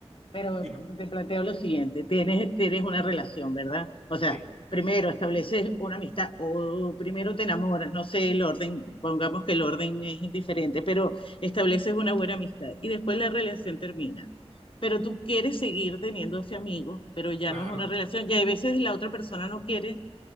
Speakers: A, on the left; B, on the right.
A: Pero
B: dime.
A: te planteo lo siguiente, tienes, tienes una relación, ¿verdad? O sea,
B: Sí.
A: primero estableces una amistad o primero te enamoras, no sé el orden, pongamos que el orden es indiferente, pero estableces una buena amistad y después la relación termina. Pero tú quieres seguir teniendo ese amigo, pero ya
B: Claro,
A: no es una relación. Ya hay veces la otra persona no quiere